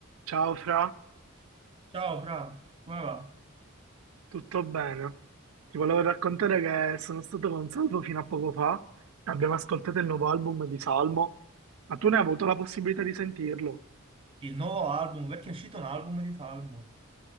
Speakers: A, on the right (about 75°); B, on the right (about 25°).
A: Ciao Fra,
B: Ciao Fra, come va?
A: tutto bene? Ti volevo raccontare che sono stato con Salvo fino a poco fa e abbiamo ascoltato il nuovo album di Salmo, ma tu ne hai avuto la possibilità di sentirlo?
B: Il nuovo album, perché è uscito un album di Salmo.